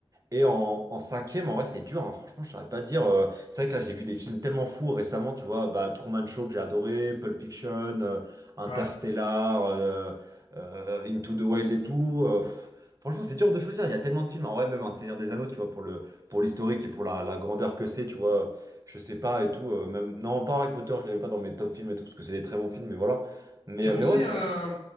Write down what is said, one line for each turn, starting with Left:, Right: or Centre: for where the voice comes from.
Right: Et en, en cinquième, en vrai, c'est dur. hein. Franchement, je saurais pas dire. euh, c'est vrai que là, j'ai vu des films tellement fous récemment. Tu vois, bah, Truman Show que j'ai adoré, Pulp Fiction, euh, Interstellar,
Left: Ouais.
Right: euh, euh, Into the Wild et tout. euh, pff, Franchement, c'est dur de choisir. Il y a tellement de films. En vrai, même un Seigneur des Anneaux, tu vois, pour le, pour l'historique et pour la, la grandeur que c'est, tu vois, je sais pas et tout. euh, même, non, pas Harry Potter, je l'avais pas dans mes top films et tout, parce que c'est des très bons films, mais voilà. Mais,
Left: Tu
Right: euh,
Left: conseilles,
Right: mais ouais, c'est-
Left: euh,
Right: c'est-